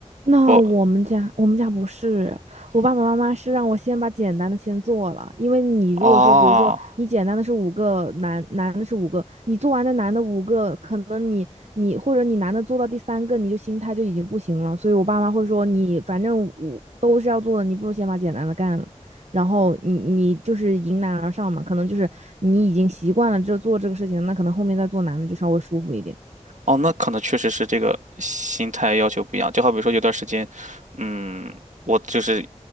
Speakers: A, on the right; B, on the right.
A: 那我们家我们家不是，
B: 不，
A: 我爸爸妈妈是让我先把简单的先做了，因为你如果说，
B: 哦。
A: 比如说你简单的是五个，男男的是五个，你做完那男的五个，可能你你或者你男的做到第三个，你就心态就已经不行了，所以我爸妈会说你反正五都是要做的，你不如先把简单的干了，然后你你就是迎难而上嘛，可能就是你已经习惯了这做这个事情，那可能后面再做难的就稍微舒服一点。
B: 哦，那可能确实是这个心态要求不一样。就好比说，有段时间，嗯，我就是